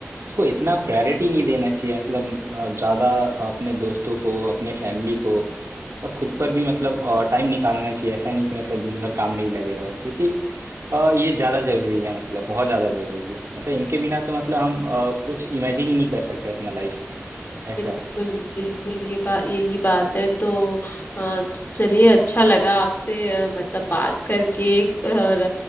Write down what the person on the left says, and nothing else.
बिल्कुल
बिल्कुल ये बात यही बात है तो अ, चलिए अच्छा लगा आपसे अ, मतलब बात करके और